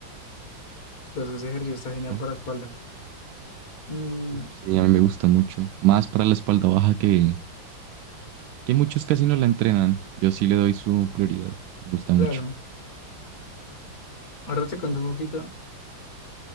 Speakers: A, on the left; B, on the right.
A: Entonces ese ejercicio está genial
B: ¿No?
A: para espalda. Mm,
B: Uf, sí, a mí me gusta mucho. Más para la espalda baja que, que muchos casi no la entrenan. Yo sí le doy su prioridad. Me gusta mucho.
A: claro, ahora te cuento un poquito.